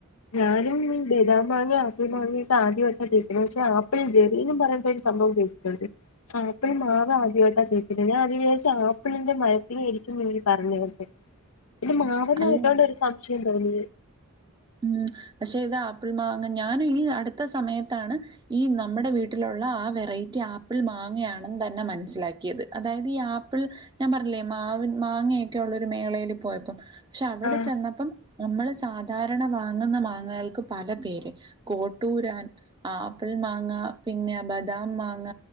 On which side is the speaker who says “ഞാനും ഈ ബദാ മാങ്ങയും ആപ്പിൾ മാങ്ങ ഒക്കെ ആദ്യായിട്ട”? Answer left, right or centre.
Left